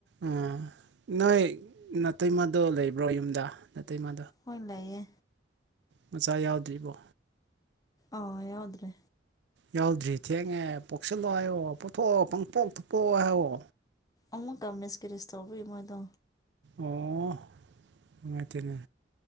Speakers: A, on the right; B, on the left.
A: ꯎ ꯅꯣꯏ ꯑꯅꯥꯇꯩ ꯃꯥꯗꯣ ꯂꯩꯕ꯭ꯔꯣ ꯌꯨꯝꯗ ꯑꯅꯥꯇꯩ ꯃꯥ
B: ꯍꯣꯏ ꯂꯩꯥꯏꯦ
A: ꯃꯆꯥ ꯌꯥꯎꯗ꯭ꯔꯤꯕꯣ
B: ꯑ ꯌꯥꯎꯗ꯭ꯔꯦ
A: ꯌꯥꯎꯗ꯭ꯔꯤ ꯊꯦꯡꯉꯦ ꯄꯣꯛꯁꯜꯂꯣꯣ ꯄꯊꯣꯛꯑꯣ ꯄꯥꯡꯄꯣꯛ ꯊꯣꯛꯄꯣꯛꯑꯣ ꯍꯥꯏꯋꯣ
B: ꯎꯃꯛꯀꯝꯃꯦꯁꯀꯤꯔꯤꯁ ꯇꯧꯕꯨ ꯃꯣꯏꯗ
A: ꯑꯣ ꯃꯇꯅꯦ